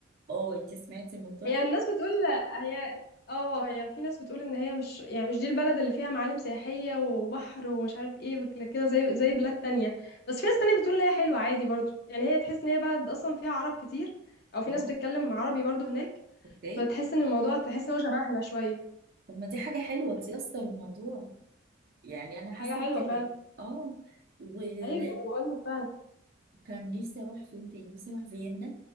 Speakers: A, on the right (about 50°); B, on the left (about 55°).
A: اه انت سمعتي الموضوع
B: هي
A: ده
B: الناس بتقول هي اه هي في ناس بتقول ان هي مش يعني مش دي البلد اللي فيها معالم سياحية وبحر ومش عارف ايه وكده- كده زي زي بلاد تانية بس في ناس تانية بتقول ان هي حلوة عادي برضو يعني هي تحس ان هي بلد اصلا فيها عرب كتير او في
A: اه
B: ناس بتتكلم عربي برضو هناك
A: اوكي
B: فتحس ان الموضوع تحس ان هو شبهنا شوية
A: طب ما دي حاجة حلوة تيسر الموضوع يعني انا حاسة
B: حاجة حلوة
A: بكده
B: فعلا
A: اه وكان
B: ايوه انا بقول لك فعلا
A: <laughs> نفسي اروح فين تاني نفسي اروح فيينا